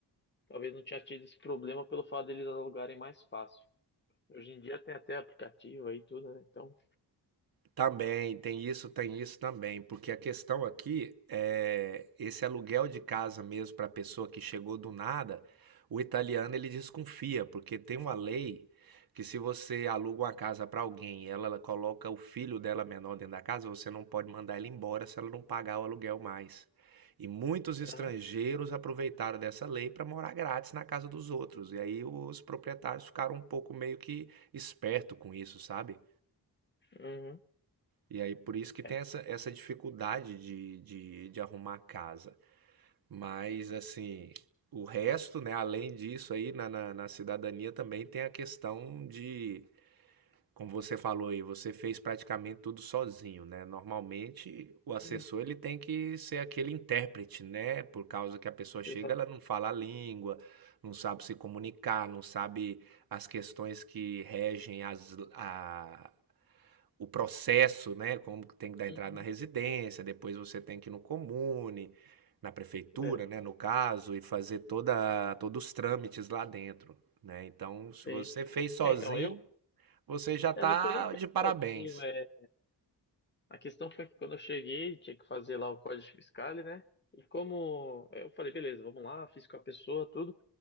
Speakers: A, on the left; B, on the right.
A: talvez não tinha tido esse problema pelo fato deles alugarem mais fácil. Hoje em dia tem até aplicativo aí e tudo, né? Então,
B: Também, tem isso, tem isso também, porque a questão aqui é esse aluguel de casa mesmo para a pessoa que chegou do nada, o italiano ele desconfia, porque tem uma lei que se você aluga uma casa para alguém e ela, ela coloca o filho dela menor dentro da casa, você não pode mandar ela embora se ela não pagar o aluguel mais. E muitos estrangeiros
A: aham,
B: aproveitaram dessa lei para morar grátis na casa dos outros, e aí os proprietários ficaram um pouco meio que esperto com isso, sabe?
A: uhum,
B: E aí, por isso que
A: é,
B: tem essa, essa dificuldade de, de, de arrumar casa. Mas, assim, o resto, né, além disso aí, na, na, na cidadania também tem a questão de, como você falou aí, você fez praticamente tudo sozinho, né? Normalmente, o assessor,
A: Hum,
B: ele tem que ser aquele intérprete, né? Por causa que a pessoa chega,
A: exato.
B: ela não fala a língua, não sabe se comunicar, não sabe as questões que regem as, a, o processo, né? Como que tem que dar entrada
A: Uhum,
B: na residência, depois você tem que ir no comune, na prefeitura,
A: é,
B: né? No caso, e fazer toda, todos os trâmites lá dentro, né? Então, se
A: sim.
B: você fez sozinho,
A: É, então, eu,
B: você já tá
A: é, não foi nem feito
B: de parabéns.
A: sozinho, é. A questão foi que quando eu cheguei, tinha que fazer lá o Código fiscal, né? E como eu falei, beleza, vamos lá, fiz com a pessoa, tudo.